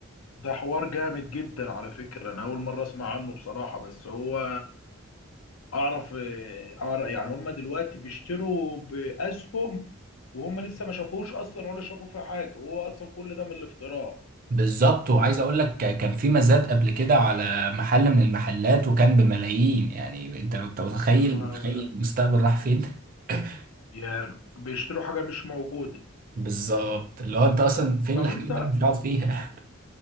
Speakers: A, on the left (about 90°); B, on the right (about 40°).
A: ده حوار جامد جدا على فكرة أنا أول مرة أسمع عنه بصراحة بس هو أعرف أعرف يعني هم دلوقتي بيشتروا بأسهم وهم لسه ما شافوش أصلا ولا شافوا فيه حاجة وهو أصلا كل ده من الافتراء
B: بالظبط وعايز اقول لك كان في مزاد قبل كده على محل من المحلات وكان بملايين يعني انت انت متخيل
A: يا نهار
B: متخيل
A: أبيض
B: المستقبل راح فين <laughs>
A: يعني بيشتروا حاجة مش موجودة
B: بالظبط اللي هو انت اصلا فين
A: طب
B: الحاجه
A: أنت
B: اللي انا مش هقعد فيها